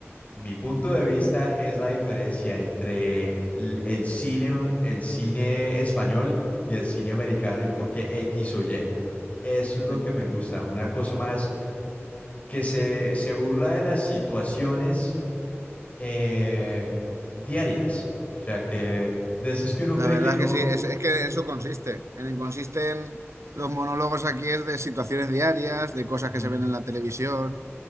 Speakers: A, on the left (about 30°); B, on the right (about 80°).
A: Mi punto de vista es la diferencia entre l- el cine, el cine español y el cine americano y por qué X o Y. Eso es lo
B: Sí.
A: que me gusta, una cosa más que se, se burla de las situaciones eh, diarias. O sea, que de esas que uno
B: La
A: cree
B: verdad
A: que no.
B: es que sí, es, es que eso consiste. En, consiste en los monólogos aquí es de situaciones diarias, de cosas
A: Ujú,
B: que se ven en la televisión.